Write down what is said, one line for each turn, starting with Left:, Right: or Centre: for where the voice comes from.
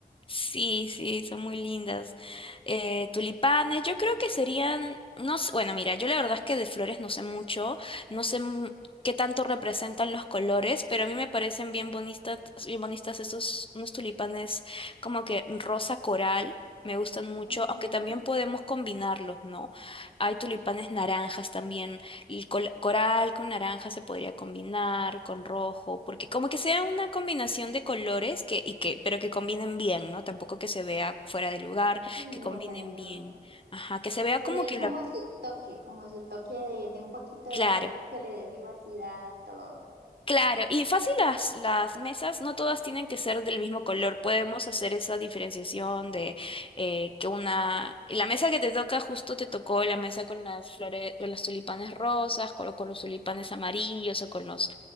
Left: Sí, sí, son muy lindas. Eh, tulipanes, yo creo que serían, no sé, bueno, mira, yo la verdad es que de flores no sé mucho, no sé mu- qué tanto representan los colores, pero a mí me parecen bien bonitas, bien bonitas esos, unos tulipanes como que rosa coral. Me gustan mucho,
Right: Ujú.
Left: aunque también podemos combinarlos, ¿no? Hay tulipanes naranjas también. El col- coral con naranja se podría combinar con rojo, porque como que sea una combinación de colores que, y que, pero que combinen bien, ¿no? Tampoco que se vea fuera de lugar,
Right: Y
Left: que
Right: no,
Left: combinen
Right: para nada.
Left: bien. Ajá, que se vea
Right: Que
Left: como
Right: le den
Left: que
Right: como
Left: la...
Right: su toque, como su toque de, de un poquito
Left: Claro,
Right: de color, que le dé vivacidad a todo.
Left: claro. Y fácil las, las mesas, no todas tienen que ser del mismo color. Podemos hacer esa diferenciación de eh, que una... La mesa que te toca justo te tocó la mesa con las flores, con los tulipanes rosas, con, con los tulipanes amarillos o con los